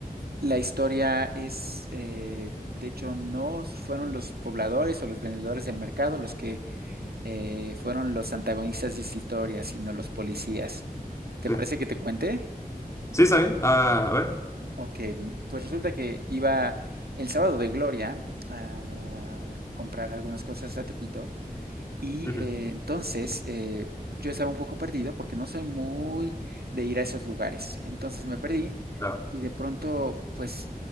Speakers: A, on the right; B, on the left.
A: la historia es, eh, de hecho, no fueron los pobladores o los vendedores del mercado los que eh, fueron los antagonistas de esta historia, sino los policías. ¿Te
B: Sí,
A: parece que te cuente?
B: Sí, está bien. Ah, a ver.
A: Ok, m- pues resulta que iba el sábado de Gloria a comprar algunas cosas a Tepito Y
B: ujú.
A: eh, entonces eh, yo estaba un poco perdido porque no soy muy de ir a esos lugares. Entonces me perdí
B: Claro.
A: y de pronto, pues,